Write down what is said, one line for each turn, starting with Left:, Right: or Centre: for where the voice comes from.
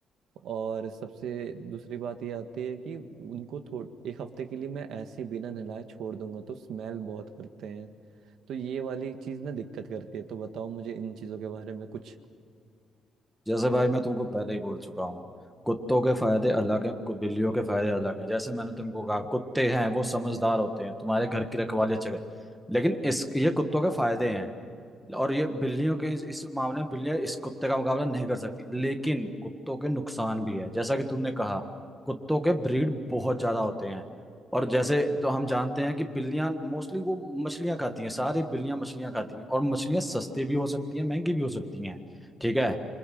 Right: और सबसे दूसरी बात ये आती है कि उनको थोड़ा एक हफ्ते के लिए मैं ऐसे ही बिना नहलाए छोड़ दूंगा तो स्मेल बहुत करते हैं तो ये वाली चीज़ ना दिक्कत करती है तो बताओ मुझे इन चीज़ों के बारे में कुछ
Centre: जैसे भाई मैं तुमको पहले ही बोल चुका हूँ कुत्तों के फायदे अलग हैं कु- बिल्लियों के फायदे अलग हैं जैसे मैंने तुमको कहा कुत्ते हैं वो समझदार होते हैं तुम्हारे घर की रखवाली अच्छा करें लेकिन इस ये कुत्तों के फायदे हैं और ये बिल्लियों के इस, इस मामले में बिल्लियां इस कुत्ते का मुकाबला नहीं कर सकती लेकिन कुत्तों के नुकसान भी है जैसा कि तुमने कहा कुत्तों के ब्रीड बहुत ज्यादा होते हैं और जैसे तो हम जानते हैं कि बिल्लियां मोस्टली वो मछलियां खाती हैं सारी बिल्लियां मछलियां खाती हैं और मछलियां सस्ती भी हो सकती हैं महंगी भी हो सकती हैं ठीक है